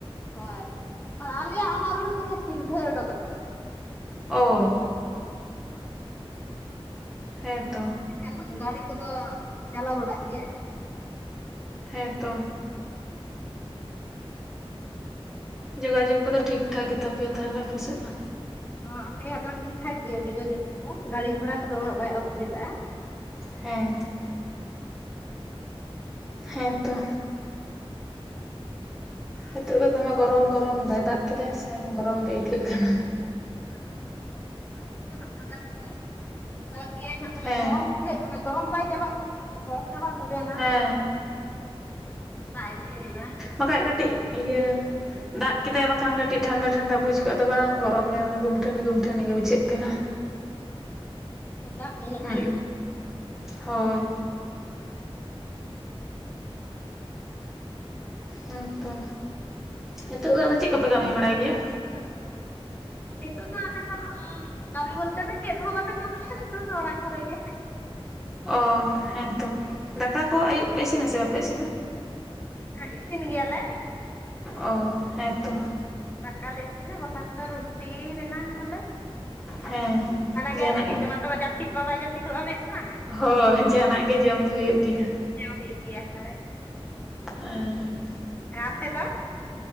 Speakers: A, on the left (about 20°); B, in the centre.
A: ᱦᱳᱭ, ᱟᱞᱮᱭᱟᱜ ᱚᱱᱟ ᱨᱳᱰ ᱛᱮᱜᱮ ᱥᱤᱞᱫᱷᱟᱹ ᱚᱰᱳᱠ ᱟᱠᱟᱱᱟ᱾
B: ᱚ ᱦᱮᱸ ᱛᱚ᱾
A: ᱠᱷᱟᱱ ᱜᱟᱲᱤ ᱠᱚᱫᱚ ᱪᱟᱞᱟᱣ ᱵᱟᱲᱟᱜ ᱜᱮᱭᱟ᱾
B: ᱦᱮᱸ ᱛᱚ᱾ ᱡᱳᱜᱟᱡᱳᱜᱽ ᱠᱚᱫᱚ ᱴᱷᱤᱠ ᱴᱷᱟᱠ ᱜᱮᱛᱟ ᱯᱮᱭᱟ ᱛᱟᱦᱚᱞᱮ ᱟᱯᱮ ᱥᱮᱫ ᱫᱚ᱾
A: ᱦᱚᱸ ᱟᱞᱮᱭᱟᱜ ᱫᱚ ᱴᱷᱤᱠ ᱴᱷᱟᱠ ᱜᱮᱭᱟ ᱡᱳᱜᱟᱡᱳᱜᱽ ᱠᱚᱫᱚ ᱜᱟᱲᱤᱨ ᱜᱷᱳᱲᱟ ᱠᱚᱫᱚ ᱩᱱᱟᱹᱜ ᱵᱟᱭ ᱚᱥᱩᱵᱤᱫᱟᱜᱼᱟ᱾
B: ᱦᱮᱸ ᱦᱮᱸ᱾ ᱦᱮᱸ ᱛᱚ᱾ ᱱᱤᱛᱚᱜ ᱫᱚ ᱫᱚᱢᱮ ᱜᱚᱨᱚᱢ ᱜᱚᱨᱚᱢ ᱫᱟᱭ ᱫᱟᱜ ᱠᱮᱫᱟᱭ ᱥᱮ ᱜᱚᱨᱚᱢ ᱜᱮ ᱟᱹᱭᱠᱟᱹᱜ ᱠᱟᱱᱟ᱾
A: ᱦᱚᱸ ᱟᱨ ᱱᱚᱛᱮ ᱦᱚᱸ ᱱᱤᱛᱫᱚ <unintelligible> ᱟᱫᱚ ᱫᱟᱜ ᱜᱮᱭᱟᱭ ᱦᱟᱸᱜ ᱯᱟᱞᱮᱫ
B: ᱦᱮᱸ
A: ᱜᱚᱨᱚᱢ ᱵᱩᱡᱷᱟᱹᱜ ᱠᱟᱱᱟ ᱜᱚᱨᱚᱢ ᱵᱟᱭ ᱪᱟᱵᱟᱜ ᱠᱟᱱᱟ ᱥᱮ ᱜᱚᱨᱚᱢ ᱪᱟᱵᱟᱜ ᱛᱚᱵᱮ ᱱᱟᱦᱟᱜ,
B: ᱦᱮᱸ
A: ᱵᱟᱭ ᱤᱭᱟᱹᱣᱫᱟ᱾
B: ᱵᱟᱠᱷᱟᱡ ᱠᱟᱹᱴᱤᱡ ᱤᱭᱟᱹ ᱫᱟᱜ ᱠᱮᱫᱟᱭ ᱵᱟᱠᱷᱟᱱ ᱠᱟᱹᱴᱤᱡ ᱴᱷᱟᱱᱰᱟ ᱴᱷᱟᱱᱰᱟ ᱵᱩᱡᱷ ᱠᱚᱜᱼᱟ ᱫᱚ ᱵᱟᱝ ᱜᱚᱨᱚᱢ ᱜᱮ ᱢᱟᱱᱮ ᱜᱩᱢᱴᱷᱟᱹᱱᱤ ᱜᱩᱢᱴᱷᱟᱹᱱᱤ ᱜᱮ ᱵᱩᱡᱷᱟᱹᱜ ᱠᱟᱱᱟ᱾
A: ᱫᱟᱜ ᱢᱮᱱᱟᱜ
B: ᱦᱩᱸ,
A: ᱜᱮᱭᱟ
B: ᱦᱳᱭ᱾ ᱦᱩᱸ ᱛᱚ, ᱦᱤᱛᱳᱜ ᱫᱚ ᱟᱫᱚ ᱪᱮᱫ ᱠᱚᱯᱮ ᱠᱟᱹᱢᱤ ᱵᱟᱲᱟᱭ ᱜᱮᱭᱟ?
A: ᱱᱤᱛᱚᱜ ᱫᱚ ᱟᱞᱮ ᱫᱚ ᱠᱟᱹᱢᱤ ᱵᱚᱞᱛᱮ ᱫᱚ ᱪᱮᱫ ᱦᱚ ᱵᱟᱞᱮ ᱠᱟᱹᱢᱤᱭᱟ ᱱᱤᱛᱚᱝ ᱫᱚ ᱚᱲᱟᱜ ᱠᱚᱨᱮ ᱜᱮ᱾
B: ᱚ ᱦᱮᱸ ᱛᱚ, ᱫᱟᱠᱟ ᱠᱚ ᱟᱹᱭᱩᱵ ᱯᱮ ᱤᱥᱤᱱᱟ ᱥᱮ ᱵᱟᱯᱮ ᱤᱥᱤᱱᱟ?
A: ᱦᱮᱸ, ᱤᱥᱤᱱ ᱜᱮᱭᱟᱞᱮ᱾
B: ᱚ ᱦᱮᱸ ᱛᱚ᱾
A: ᱫᱟᱠᱟ ᱞᱮ ᱤᱥᱤᱱᱟ ᱵᱟᱠᱷᱟᱱ ᱫᱚ ᱨᱩᱴᱤ ᱵᱮᱱᱟᱣ ᱟᱞᱮ᱾
B: ᱦᱮᱸ ᱦᱮᱸ ᱡᱟᱦᱟᱱᱟᱜ
A: ᱜᱮ ᱟᱨ ᱨᱮᱸᱜᱮᱡ
B: ᱜᱤ,
A: ᱛᱮᱢᱟ ᱛᱚ ᱡᱟᱹᱯᱤᱫ ᱢᱟ ᱵᱟᱭ ᱡᱟᱹᱯᱤᱫᱚᱜᱼᱟ ᱢᱮᱫ ᱢᱟ
B: ᱦᱳᱭ ᱡᱟᱦᱟᱱᱟᱜ ᱜᱮ ᱡᱚᱢ ᱫᱚ ᱦᱩᱭᱩᱜ ᱜᱤᱭᱟ᱾
A: ᱡᱚᱢ ᱦᱩᱭᱩᱜ ᱜᱮᱭᱟ ᱦᱮ᱾
B: ᱦᱮᱸ᱾
A: ᱟᱯᱮ ᱫᱚ